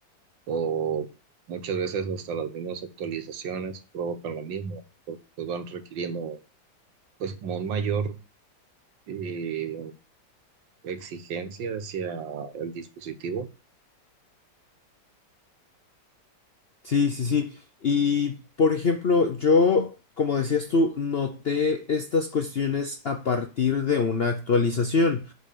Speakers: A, on the right; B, on the left.
A: o muchas veces hasta las mismas actualizaciones provocan lo mismo porque pues van requiriendo pues como un mayor eh, exigencia hacia el dispositivo
B: Sí, sí, sí. Y por ejemplo, yo, como decías tú, noté estas cuestiones a partir de una actualización.